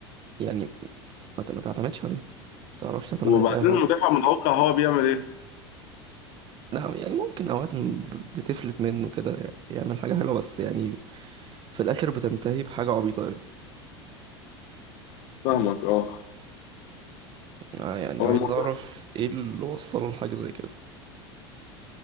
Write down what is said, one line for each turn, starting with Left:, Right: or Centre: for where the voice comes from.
Right: يعني ما ت- ما تعتمدش عليه ما تعرفش تعتمد
Left: وبعدين
Right: عليه في اي حاجه
Left: المدافع متوقع هو بيعمل ايه
Right: لا يعني ممكن اوقات م- بتفلت منه كده يعمل حاجه حلوه بس يعني في الاخر بتنتهي بحاجه عبيطه أوي.
Left: فاهمك اه
Right: آه يعني
Left: هو
Right: عايز
Left: الموضوع
Right: اعرف ايه اللي وصله لحاجه زي كده